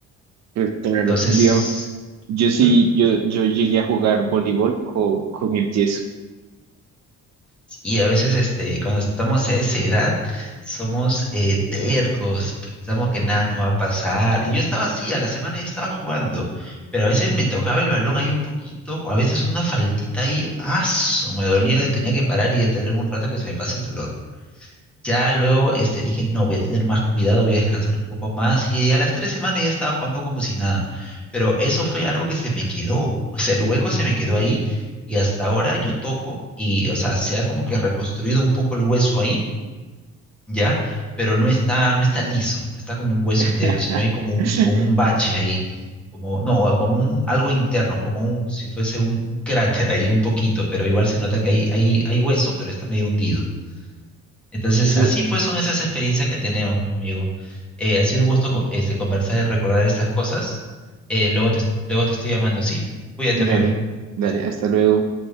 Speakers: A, on the right; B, in the centre.
A: Pues claro,
B: Entonces,
A: digamos, yo sí,
B: ¿Mm?
A: yo, yo llegué a jugar voleibol con, con el yeso.
B: Y a veces, este, cuando estamos a esa edad, somos eh, tercos, pensamos que nada nos va a pasar. Y yo estaba así, a la semana yo estaba jugando, pero a veces me tocaba el balón ahí un poquito, o a veces una faltita ahí, ¡aso! Me dolía, tenía que parar y detenerme un rato que se me pase el dolor. Ya luego este, dije, no, voy a tener más cuidado, voy a descansar un poco más. Y a las tres semanas ya estaba jugando como si nada. Pero eso fue algo que se me quedó. O sea, el hueco se me quedó ahí y hasta ahora yo toco y, o sea, se ha como que reconstruido un poco el hueso ahí, ¿ya? Pero no está, no está liso, no está como un hueso
A: <laughs>
B: entero, sino hay como un, como un bache ahí. Como, no, como un, algo interno, como un, si fuese un, un cráter ahí un poquito, pero igual se nota que hay, hay, hay hueso, pero está medio hundido. Entonces,
A: Eso,
B: así pues son esas experiencias que tenemos, mi amigo. Eh, ha sido un gusto co- este, conversar y recordar estas cosas. Eh, luego te, luego te estoy llamando, ¿sí? Cuídate,
A: dale,
B: amigo.
A: dale,
B: Dale.
A: hasta luego.